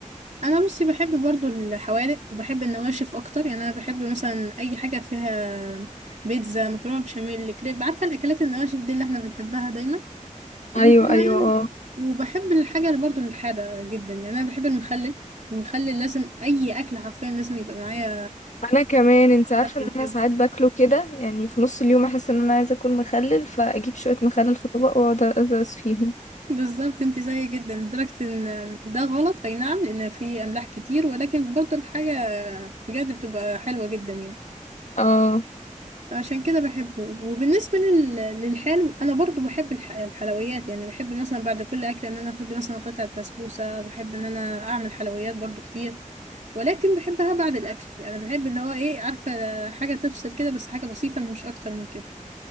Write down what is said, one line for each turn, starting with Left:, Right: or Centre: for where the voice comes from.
Right: أنا بصي بحب برضو الحوادق وبحب النواشف أكتر يعني أنا بحب مثلا أي حاجة فيها بيتزا مكرونة بشاميل كريب عارفة الأكلات النواشف دي اللي احنا بنحبها دايما وكمان
Left: ايوه ايوه اه
Right: وبحب الحاجة اللي برضه الحادة جدا يعني أنا بحب المخلل المخلل لازم أي أكل حرفيا لازم يبقى معايا
Left: انا كمان انت عارفه
Right: أكل
Left: ان انا
Right: كده
Left: ساعات باكله كده يعني في نص اليوم احس ان انا عايزه اكل مخلل فاجيب شويه مخلل في طبق واقعد ادرس فيهم
Right: بالظبط انت زيي جدا لدرجة ان ده غلط اي نعم لان في املاح كتير ولكن برضه الحاجة بجد بتبقى حلوة جدا يعني
Left: اه
Right: فعشان كده بحبه وبالنسبة لل... للحلو انا برضه بحب الح... الحلويات يعني بحب مثلا بعد كل اكل ان انا اخد لي مثلا قطعة بسبوسة بحب ان انا اعمل حلويات برضه كتير ولكن بحبها بعد الاكل يعني بحب اللي هو ايه عارفه حاجه تفصل كده بس حاجه بسيطه مش اكتر من كده